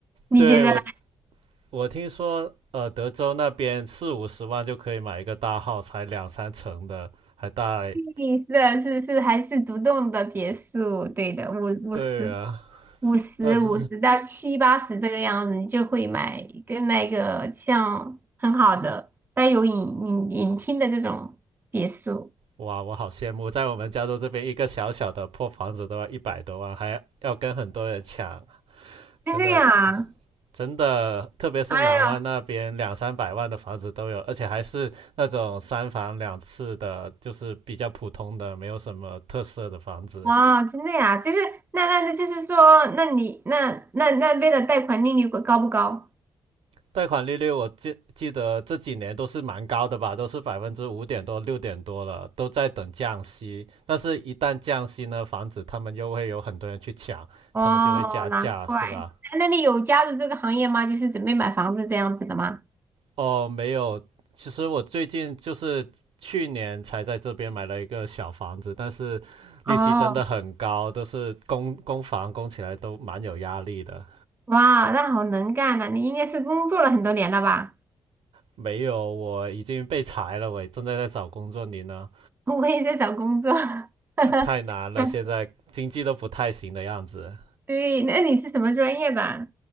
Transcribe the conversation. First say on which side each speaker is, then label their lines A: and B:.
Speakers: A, on the right (about 20°); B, on the right (about 70°).
A: 你觉得？
B: 对，我我听说，呃，德州那边四五十万就可以买一个大号，才两三层的，还带。
A: 对，是的，是是还是独栋的别墅，对的，五五十
B: 对啊，
A: 五十五十到七八十这个样子，
B: 但是
A: 你就会买一个那个像很好的带有影影影厅的这种别墅，
B: 哇，我好羡慕，在我们加州这边一个小小的破房子都要一百多万，还要跟很多人抢，
A: 真的呀？
B: 真的真的，特别是南湾那边两三百万的房子都有，
A: 哎呀，
B: 而且还是那种三房两室的，就是比较普通的，没有什么特色的房子。
A: 哇，真的呀？就是那那那就是说，那你那那那边的贷款利率高不高？
B: 贷款利率我记记得这几年都是蛮高的吧，都是百分之五点多、六点多了，都在等降息。但是，一旦降息呢，房子他们又会有很多人去抢，
A: 哦，
B: 他们就会加价，
A: 难怪。
B: 是吧？
A: 那那你有加入这个行业吗？就是准备买房子这样子的吗？
B: 哦，没有，其实我最近就是去年才在这边买了一个小房子，但是利息真的很高，
A: 哦。
B: 都是供供房供起来都蛮有压力的。
A: 哇，那好能干呐、你应该是工作了很多年了吧？
B: 没有，我已经被裁了，我正在在找工作，你呢？
A: <laughs> 我也在找工作。<laughs> 哈
B: 太难了，
A: 哈。
B: 现在经济都不太行的样子。
A: 对，那你是什么专业的？